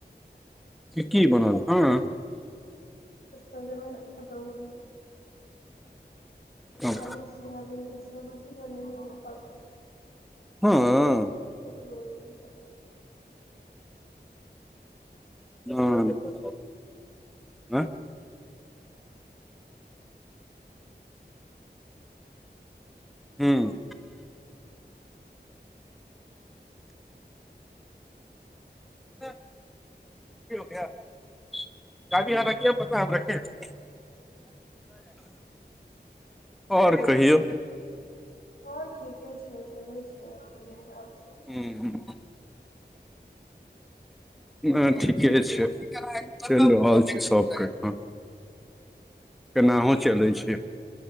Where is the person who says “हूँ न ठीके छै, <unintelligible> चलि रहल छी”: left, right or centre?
Centre